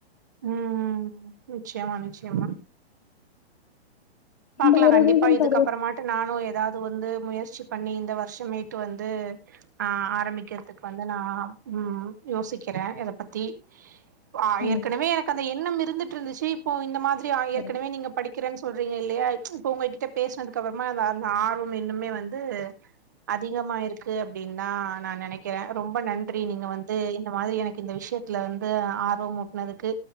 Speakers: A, on the right; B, on the left.
A: உஹம் நிச்சயமா நிச்சயமா. பாக்கலா
B: இந்த ஒரு
A: கண்டிப்பா
B: ரீசன்
A: இதுக்கப்புறமாட்டு
B: காக
A: நானு ஏதாவது. அது வந்து முயற்சி பண்ணி இந்த வருஷமேட்டு வந்து. ஆஹ்ஆரம்பிக்கிறதுக்கு வந்து. நா உஹம் யோசிக்குற இத பத்தி. ஆஹ
B: ம்
A: ஏற்கனவே
B: ம்
A: எனக்கு அந்த என். ம் இருந்துட்டு இருந்துச்சு இப்போ இந்த மாதிரி.
B: சரி
A: ஏற்கனவே நீங்க படிக். கிறன் சொல்றீங்க இ. இல்லியா. ம்ச் இப்ப உங்ககிட்ட பேசுனது. கப்புறமாதா அந்த ஆர்வமே. இனிமே வந்து அதிகமா இருக்கு அப்படின்னா நா நெனைக்குற ரொம்ப நன்றி நீங்க வந்து இந்த மாதிரி எனக்கு இந்த விஷயத்துல வந்து ஆர்வம் மூட்டனதுக்கு.